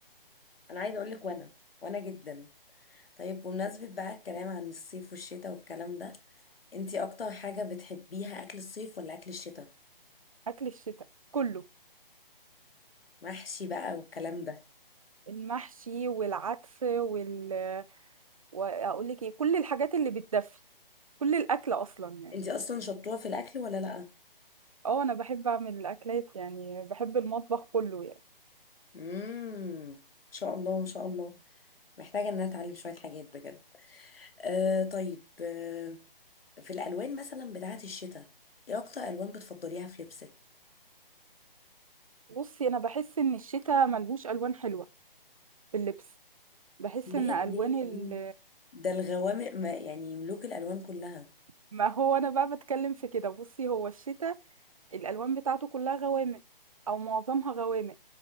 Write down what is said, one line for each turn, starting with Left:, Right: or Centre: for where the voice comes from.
Left: انا عايزه اقول لك وانا وانا جدا طيب بمناسبه بقى الكلام عن الصيف والشتاء والكلام ده انت اكتر حاجه بتحبيها اكل الصيف ولا اكل الشتاء
Right: اكل الشتاء كله
Left: محشي بقى والكلام ده
Right: المحشي والعدس وال واقول لك ايه كل الحاجات اللي بتدفي كل الاكل اصلا يعني
Left: انت اصلا شطوره في الاكل ولا لا
Right: اه انا بحب اعمل الاكلات يعني بحب المطبخ كله يعني
Left: امم ان شاء الله ان شاء الله محتاجه ان انا اتعلم شويه حاجات بجد آه طيب آه في الألوان مثلا بتاعة الشتاء ايه أكتر ألوان بتفضليها في لبسك؟
Right: بصي انا بحس ان الشتاء ملهوش الوان حلوة في اللبس بحس
Left: ليه
Right: ان الوان
Left: ليه ليه
Right: ال
Left: ده الغوامق ما يعني ملوك الألوان كلها
Right: ما هو انا بقى بتكلم في كده بصي هو الشتاء الالوان بتاعته كلها غوامق او معظمها غوامق